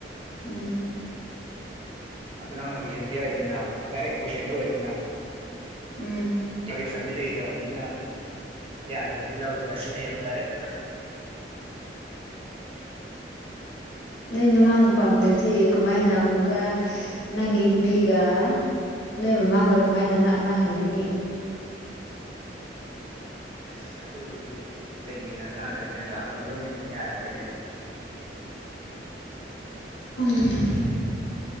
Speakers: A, on the left; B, on the right.
A: ꯎꯝ
B: ꯑꯇ ꯅꯪꯅ ꯀꯣꯏꯁꯟ ꯄꯤꯛꯏꯗꯅ ꯗꯥꯏꯔꯦꯛ ꯀꯣꯏꯁꯟꯗ ꯑꯣꯏꯔꯦꯗꯅ
A: ꯎꯝ
B: ꯀꯀꯁꯟꯗꯤ ꯂꯩꯇ꯭ꯔꯕꯅꯤꯅ ꯌꯥꯗ꯭ꯔꯗꯤ ꯂꯧꯈꯤꯔ ꯁꯤꯅꯦꯕ ꯗꯥꯏꯔꯦꯛꯇ
A: ꯅꯣꯏ ꯅꯃꯥ ꯅꯨꯄꯥꯝꯗꯗꯤ ꯀꯃꯥꯏꯅ ꯑꯃꯨꯛꯀ ꯅꯪꯒꯤ ꯅꯨꯄꯤꯒ ꯅꯣꯏ ꯃꯃꯥꯒ ꯀꯃꯥꯏꯅ ꯅꯅꯥꯛꯅꯍꯟꯒꯅꯤ
B: ꯑꯁ ꯑꯗꯨꯕꯨꯗꯤ ꯂꯩꯃꯤꯟꯅꯔꯀꯥꯟꯗ ꯒ꯭ꯌꯥꯟ ꯇꯥꯅꯒ ꯑꯗꯨꯝ ꯌꯥꯔꯛꯀꯅꯤꯅꯦ
A: ꯑꯝ